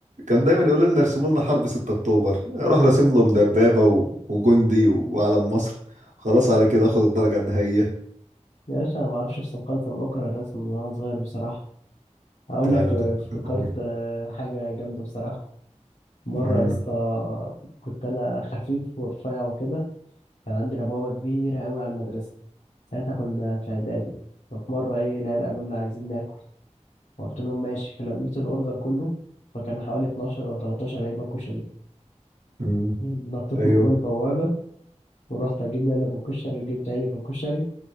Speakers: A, on the right; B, on the left.
A: كان دايما يقولوا لنا ارسموا لنا حرب 6 اكتوبر اروح راسم لهم دبابه و... وجندي و... وعلم مصر خلاص على كده اخد الدرجه النهائيه
B: يا باشا أنا ما أعرفش أرسم خالص أنا بكره الرسم من وأنا صغير بصراحة هقول
A: لا
B: لك
A: انا
B: افتكرت
A: كنت بحبه قوي
B: آه، حاجة جامدة بصراحة مرة
A: امم
B: يا اسطى كنت أنا خفيف ورفيع وكده كان عندنا بوابة كبيرة أوي على المدرسة ساعتها كنا في إعدادي ففي مرة إيه العيال قالوا لنا عايزين ناكل فقلت لهم ماشي فلميت الأوردر كله فكان حوالي 12 ولا 13 علبة كشري
A: امم
B: نطيت
A: ايوه
B: من فوق البوابة ورحت أجيب علب الكشري وجبت علب الكشري